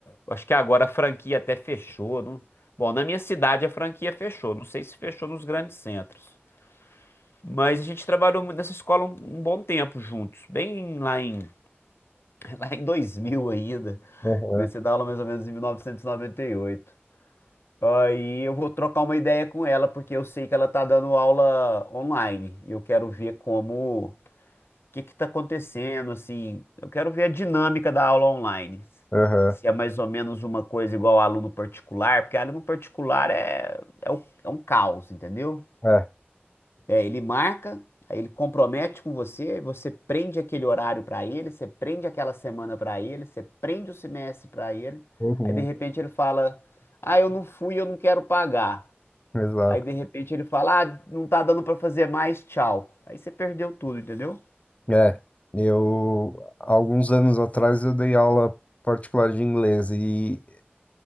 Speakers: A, on the left; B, on the left.
A: Acho que agora a franquia até fechou. Não... Bom, na minha cidade a franquia fechou. Não sei se fechou nos grandes centros. Mas a gente trabalhou mu- nessa escola um, um bom tempo juntos. Bem lá em, <laughs> lá em 2000 ainda.
B: aham,
A: Comecei a dar aula mais ou menos em 1998. Aí eu vou trocar uma ideia com ela, porque eu sei que ela tá dando aula online. E eu quero ver como que que está acontecendo, assim, eu quero ver a dinâmica da aula online.
B: aham.
A: Se é mais ou menos uma coisa igual ao aluno particular, porque aluno particular é, é, o- é um caos, entendeu?
B: É,
A: É, ele marca, aí ele compromete com você, você prende aquele horário para ele, você prende aquela semana para ele, você prende o semestre para ele,
B: uhum,
A: aí de repente ele fala, ah, eu não fui, eu não quero pagar.
B: exato.
A: Aí de repente ele fala, ah, não tá dando para fazer mais, tchau. Aí você perdeu tudo, entendeu?
B: É, eu, alguns anos atrás eu dei aula particular de inglês e